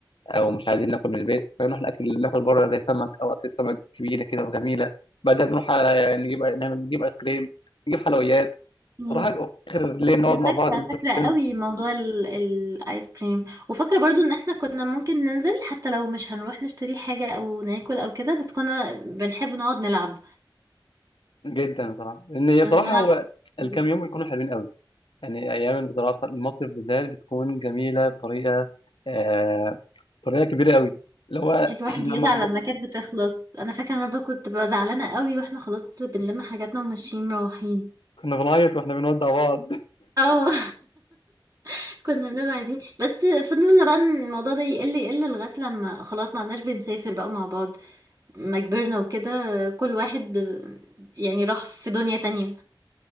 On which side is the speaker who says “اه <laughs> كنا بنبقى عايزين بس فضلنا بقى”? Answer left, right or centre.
Right